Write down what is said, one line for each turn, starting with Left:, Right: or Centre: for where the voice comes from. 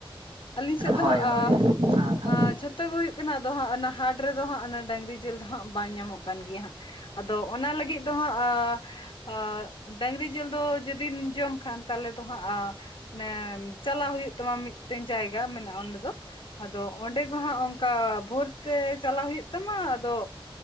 Left: ᱟᱹᱞᱤᱧ ᱥᱮᱫ ᱫᱚ
Right: ᱦᱳᱭ
Left: ᱦᱟᱸᱜ ᱟᱦᱻ
Right: ᱦᱳᱭ ᱟᱪᱪᱷᱟ
Left: ᱟᱻ ᱡᱷᱚᱛᱚ ᱜᱮ ᱦᱩᱭᱩᱜ ᱠᱟᱱᱟ ᱟᱫᱚ ᱦᱟᱸᱜ ᱚᱱᱟ ᱦᱟᱴ ᱨᱮᱫᱚ ᱦᱟᱸᱜ ᱚᱱᱟ ᱰᱟᱝᱨᱤ ᱡᱮᱞ ᱫᱚ ᱦᱟᱸᱜ ᱵᱟᱝ ᱧᱟᱢᱚᱜ ᱠᱟᱱ ᱜᱮᱭᱟ ᱦᱟᱸᱜ ᱾ ᱟᱫᱚ ᱚᱱᱟ ᱞᱟᱹᱜᱤᱫ ᱫᱚ ᱦᱟᱸᱜ ᱟᱻ ᱟᱻ ᱰᱟᱝᱨᱤ ᱡᱤᱞ ᱫᱚ ᱡᱩᱫᱤᱢ ᱡᱚᱢ ᱠᱷᱟᱱ ᱛᱟᱞᱮ ᱫᱚ ᱦᱟᱸᱜ ᱟ ᱱᱮᱢ ᱪᱟᱞᱟᱜ ᱦᱩᱭᱩᱜ ᱛᱟᱢᱟ ᱢᱤᱫᱴᱮᱱ ᱡᱟᱭᱜᱟ ᱢᱮᱱᱟᱜᱼᱟ ᱚᱸᱰᱮ ᱫᱚ ᱟᱫᱚ ᱚᱸᱰᱮ ᱠᱚ ᱦᱟᱸᱜ ᱚᱱᱠᱟ ᱵᱷᱳᱨ ᱛᱮ ᱪᱟᱞᱟᱜ ᱦᱩᱭᱩᱜ ᱛᱟᱢᱟ ᱟᱫᱚ